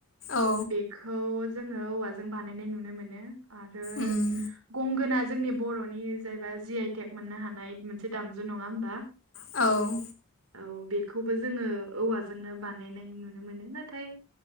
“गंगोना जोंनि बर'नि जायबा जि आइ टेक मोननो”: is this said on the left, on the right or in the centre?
Right